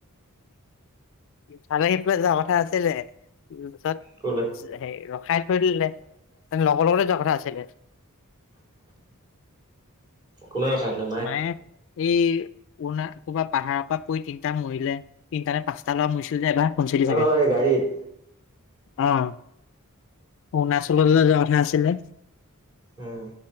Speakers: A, on the left; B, on the right.
A: ফালে সিফালে যোৱা কথা আছিলে, কিন্তু তাত
B: ক'লে?
A: সেই ৰখাই থৈ দিলে, লগৰ লগতে যোৱাৰ কথা আছিলে।
B: কোনে ৰখাই থ'লে
A: মায়ে এই অৰুণাত কৰ'বাত পাহাৰৰ পৰা পৰি তিনিটা মৰিলে, তিনিটা নে পাঁচটা ল'ৰা মৰিছিল যে এবাৰ। শুনছিলি
B: নহয়
A: চাগে?
B: গাড়ীত।
A: অ' অৰুণাচললে যে যোৱা কথা আছিলে।
B: উম'